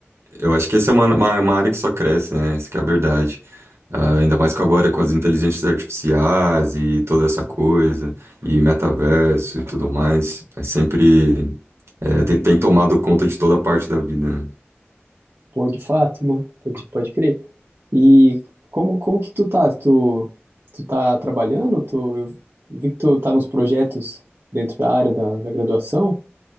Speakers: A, on the right; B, on the right.
A: eu acho que essa é uma, uma, uma área que só cresce, né? Isso que é a verdade. Ah, ainda mais que agora com as inteligências artificiais e toda essa coisa, e metaverso e tudo mais. É sempre é, tem, tem tomado conta de toda parte da vida, né?
B: Pô, de fato, mano. Pode, pode crer. E como, como que tu tá? Tu, tu tá trabalhando? Tu, eu vi que tu tá nos projetos dentro da área da, da graduação.